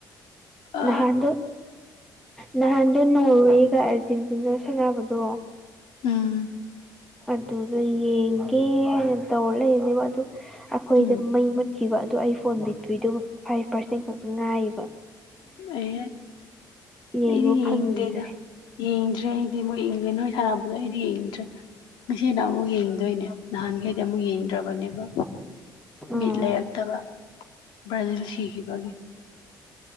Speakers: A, on the left; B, in the centre.
A: ꯑ
B: ꯅꯍꯥꯟꯗꯣ ꯅꯍꯥꯟꯗꯨ ꯅꯣꯔꯋꯦꯒ ꯑꯥꯔꯖꯦꯟꯇꯤꯅꯥ ꯁꯥꯟꯅꯕꯗꯣ
A: ꯎꯝ
B: ꯑꯗꯨꯗ ꯌꯦꯡꯒꯦ ꯍꯥꯏꯅ ꯇꯧꯔ ꯂꯩꯕꯅꯦꯕ ꯑꯗꯨ ꯑꯩꯈꯣꯏꯗ
A: ꯎꯝ
B: ꯃꯩ ꯃꯨꯠ ꯈꯤꯕ ꯑꯗꯣ ꯑꯩ ꯐꯣꯟ ꯄꯗ꯭ꯔꯤꯗꯨꯕꯨ ꯐꯥꯏꯚ ꯄꯥꯔꯁꯦꯟ ꯈꯛꯇ ꯉꯥꯏꯕ
A: ꯑꯦ
B: ꯌꯦꯡꯕ
A: ꯑꯩꯗꯤ
B: ꯐꯪꯗꯔꯦ
A: ꯌꯦꯡꯗꯦꯗ ꯌꯦꯡꯗ꯭ꯔꯦ ꯑꯩꯗꯤ ꯃꯣꯏ ꯑꯦꯡꯂꯥꯟ ꯍꯣꯏ ꯁꯥꯟꯅꯕꯗꯣ ꯑꯩꯗꯤ ꯌꯦꯡꯗ꯭ꯔꯦ ꯉꯁꯤꯅ ꯑꯃꯨꯛ
B: ꯎꯝ
A: ꯌꯦꯡꯗꯣꯏꯅꯦ ꯅꯍꯥꯟꯈꯩꯗꯤ ꯑꯃꯨꯛ ꯌꯦꯡꯗ꯭ꯔꯕꯅꯦꯕ
B: ꯑꯥ
A: ꯕꯤꯠ ꯂꯩꯔꯛꯇꯕ ꯕ꯭ꯔꯥꯖꯤꯜ ꯁꯤꯈꯤꯕꯒꯤ